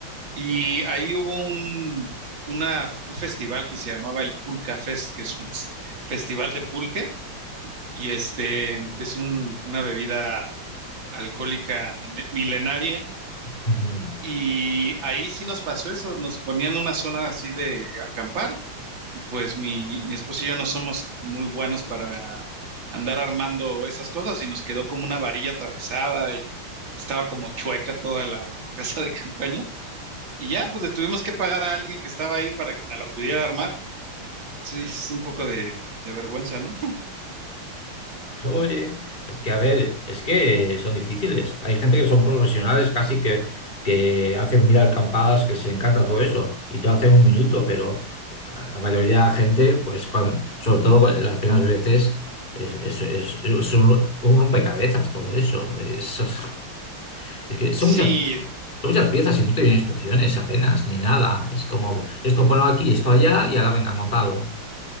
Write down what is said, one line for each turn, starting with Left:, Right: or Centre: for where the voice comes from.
Right: Y ahí hubo un, una- un festival que se llamaba el Pulca Fest, que es un <laughs> s- festival de pulque, y este, que es un- una bebida alcohólica min- milenaria.
Left: Ujú.
Right: Y ahí sí nos pasó eso, nos ponían una zona así de acampar, y pues mi, mi esposo y yo no somos muy buenos para andar armando esas cosas, y nos quedó como una varilla atravesada y estaba como chueca toda la <laughs> casa de campaña. Y ya, pues le tuvimos que pagar a alguien que estaba ahí para que nos la pudiera armar. Sí, es un poco de, de vergüenza, ¿no? <laughs>
Left: Oye, es que a ver, es que son difíciles. Hay gente que son profesionales casi que, que hacen mil alcampadas, que se le encanta todo eso, y te lo hacen un minuto, pero a- la mayoría de la gente, pues cuan- sobre todo las primeras veces, es, es, es- es un, un rompecabezas todo eso. Eso Es, es que son
Right: Sí.
Left: muchas, son muchas piezas y no te vienen instrucciones apenas, ni nada. Es como, esto ponlo aquí, esto allá, y ahora venga montado.